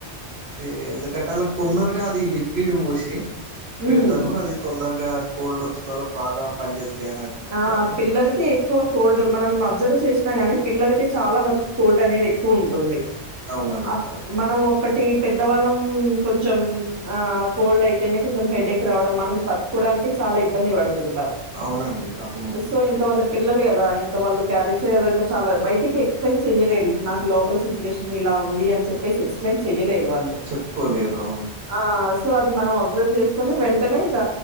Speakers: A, on the right; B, on the right.
A: అది ఎందుకంటే వాళ్ళకి తొందరగా అది లిక్విడ్ పోసి
B: హ్మ్.
A: పెడతారు అది తొందరగా కోల్డ్ వచ్చిన వాళ్ళకి బాగా పని చేేస్తాయి అని అంటారు
B: ఆ
A: అట్లని
B: పిల్లల్క్ ఎక్కువ కోల్డ్ మనం అబ్జర్వ్ చేసినా గాని పిల్లలకే చాలా వరకు కోల్డ్ అనేది ఎక్కువ ఉంటుంది
A: అవునండి
B: అ
A: అది కరెక్ట్
B: మనం ఒకటి పెద్దవాళ్ళంము కొంచం ఆ కోల్డ్ అయితేనే కొంచెం హెడ్ ఎక్ రావడం మనం తట్టుకోవడానికి చాలా ఇబ్బంది పడుతుంటాం
A: అవునండి అవును
B: సో ఇంకా వాళ్ళ పిల్లలు కదా ఇంకా వాళ్ళు్ఖరీ చేయాలంటే చాలా బయటికి ఎక్స్ప్లయిన్ చెయలేరు నాకు లోపల్ సిచ్యువేషన్ ఇలా ఉంది అని చెప్పేసి ఎక్స్ప్లెయిన్ చెయ్యలేరు వాళ్ళు
A: చెప్పుకోలేరు
B: ఆ సో అది మనం అబ్జర్వ్ చేసుకుని వెంటనే ఇక